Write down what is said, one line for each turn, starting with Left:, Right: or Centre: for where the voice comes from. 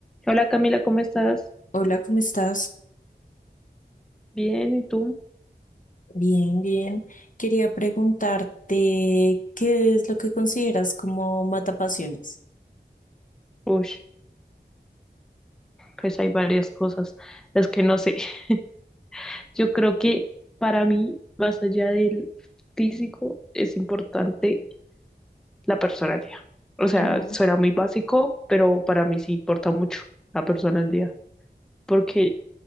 Centre: Hola Camila, ¿cómo estás?
Left: Hola, ¿cómo estás?
Centre: Bien, ¿y tú?
Left: Bien, bien. Quería preguntarte, ¿qué es lo que consideras como matapasiones?
Centre: Uy, pues hay varias cosas, las que no sé. <laughs> Yo creo que para mí, más allá del físico, es importante la personalidad. O sea,
Left: Ujú,
Centre: suena muy básico, pero para mí sí importa mucho la personalidad, porque